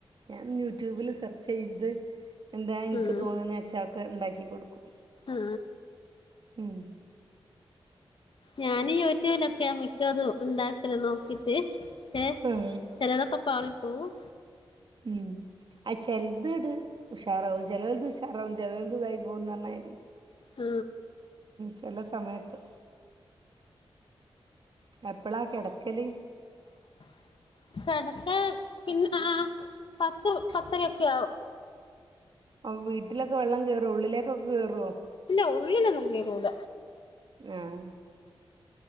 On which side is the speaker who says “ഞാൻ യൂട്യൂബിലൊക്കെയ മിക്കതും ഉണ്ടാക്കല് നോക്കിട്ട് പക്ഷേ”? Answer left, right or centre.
Left